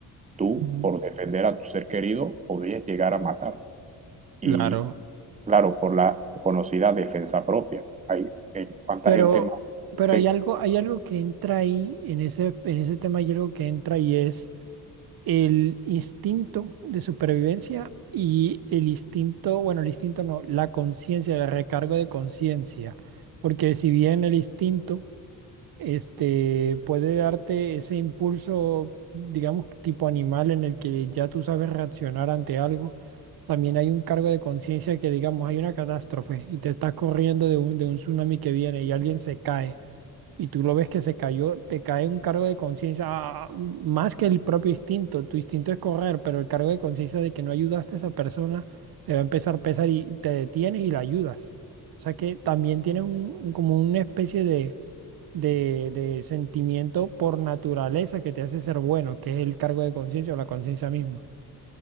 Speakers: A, on the right; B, on the right.
A: Tú,
B: Ujú.
A: por defender a tu ser querido, podrías llegar a matar.
B: Claro,
A: Y claro, por la conocida defensa propia. Hay, eh, ¿cuánta
B: pero,
A: gente más?
B: pero
A: Sí,
B: hay algo, hay algo que entra ahí, en ese, en ese tema hay algo que entra y es el instinto de supervivencia y el instinto, bueno, el instinto no, la conciencia, el recargo de conciencia, porque si bien el instinto, este, puede darte ese impulso, digamos, tipo animal en el que ya tú sabes reaccionar ante algo, también hay un cargo de conciencia que, digamos, hay una catástrofe y te estás corriendo de un, de un tsunami que viene y alguien se cae y tú lo ves que se cayó, te cae un cargo de conciencia ah, más que el propio instinto. Tu instinto es correr, pero el cargo de conciencia de que no ayudaste a esa persona te va a empezar a pesar y te detienes y la ayudas. O sea que también tienes un, un- como una especie de, de, de sentimiento por naturaleza que te hace ser bueno, que es el cargo de conciencia o la conciencia misma.